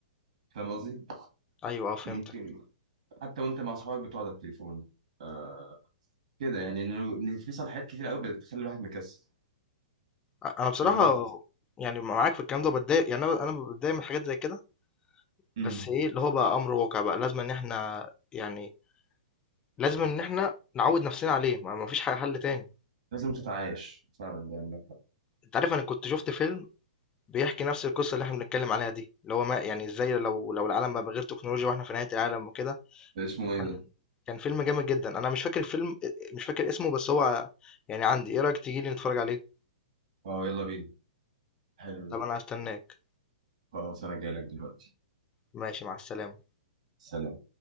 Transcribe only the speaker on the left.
ايوه اه فهمتك
أ- انا بصراحه
يعني معاك في الكلام ده بتضايق يعني انا انا بتضايق من حاجات زي كده
بس ايه اللي هو بقى امر واقع بقى لازم ان احنا يعني لازم ان احنا نعود نفسنا عليه ما ما فيش حاجه حل تاني
انت عارف انا كنت شفت فيلم بيحكي نفس القصه اللي احنا بنتكلم عليها دي اللي هو ما يعني ازاي لو لو العالم بقى من غير تكنولوجيا واحنا في نهايه العالم وكده
كان
كان فيلم جامد جدا انا مش فاكر الفيلم مش فاكر اسمه بس هو يعني عندي ايه رأيك تيجي لي نتفرج عليه
طب
انا هستناك
ماشي مع السلامة